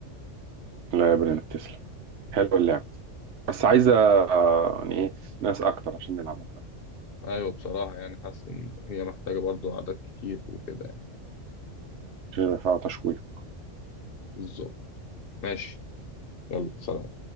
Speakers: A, on the right (about 65°); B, on the left (about 50°).
A: لا يا برنس تسلم حلوة اللعبة بس عايزة آه، يعني إيه ناس أكتر عشان نلعبها كويس
B: ايوه بصراحة يعني حاسس ان هي محتاجة برضو اعداد كتير وكده يعني
A: عشان يبقى فيها تشويق
B: بالظبط ماشي يلا سلام